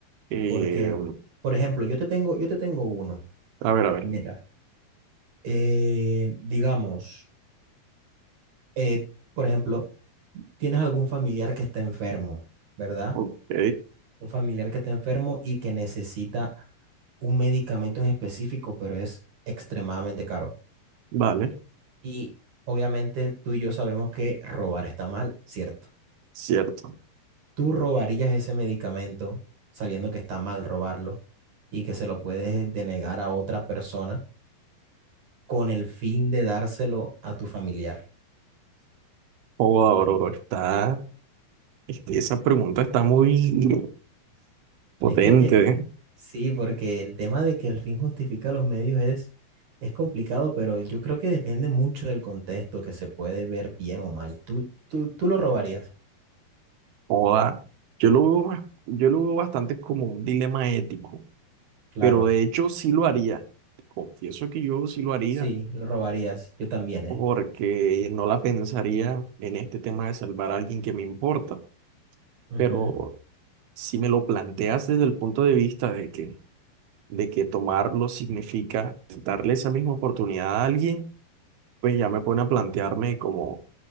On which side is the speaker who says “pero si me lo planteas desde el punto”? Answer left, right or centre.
Right